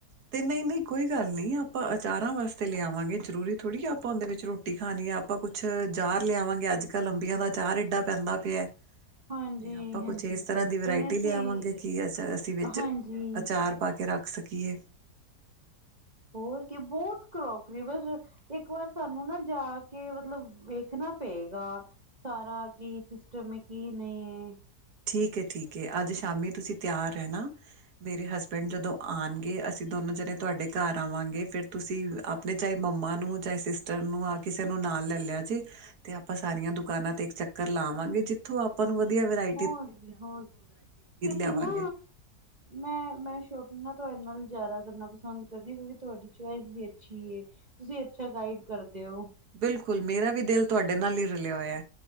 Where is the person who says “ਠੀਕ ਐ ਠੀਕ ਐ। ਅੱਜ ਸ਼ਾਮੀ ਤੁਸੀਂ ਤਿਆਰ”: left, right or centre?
Right